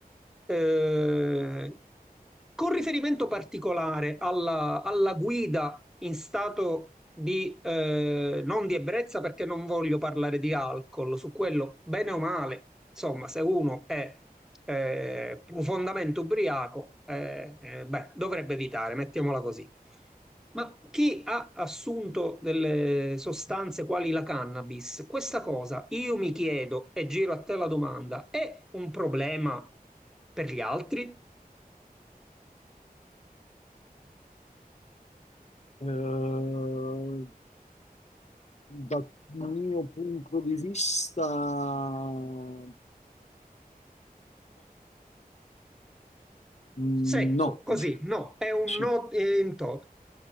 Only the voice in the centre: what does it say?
Eh, con riferimento particolare alla, alla guida in stato di eh, non di ebbrezza, perché non voglio parlare di alcol, su quello, bene o male, insomma, se uno è eh, profondamente ubriaco, eh, eh, beh, dovrebbe evitare, mettiamola così. Ma chi ha assunto delle sostanze quali la cannabis, questa cosa io mi chiedo e giro a te la domanda, è un problema per gli altri?
Secco,
così, no, è un
no eh, in toto.